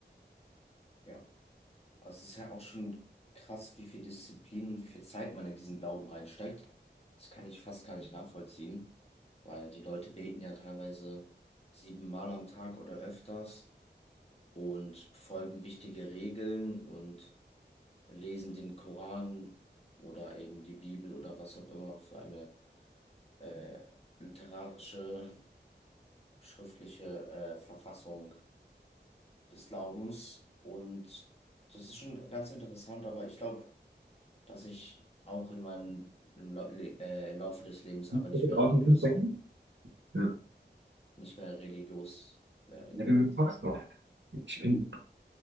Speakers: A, on the left; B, on the right.
A: Ja. Also es ist ja auch schon krass, wie viel Disziplin und wie viel Zeit man in diesen Glauben reinsteckt. Das kann ich fast gar nicht nachvollziehen, weil die Leute beten ja teilweise siebenmal am Tag oder öfters und folgen wichtige Regeln und lesen den Koran oder eben die Bibel oder was auch immer für eine äh, literarische schriftliche äh, Verfassung des Glaubens. Und das ist schon ganz interessant, aber ich glaube, dass ich auch in meinem im, Lau- Le äh, im Laufe des Lebens aber
B: Du
A: nicht mehr
B: Draußen
A: religiös
B: Fußbecken?
A: werde.
B: Ja,
A: Nicht mehr religiös werde,
B: Ja,
A: genau.
B: du zockst doch. ich bin,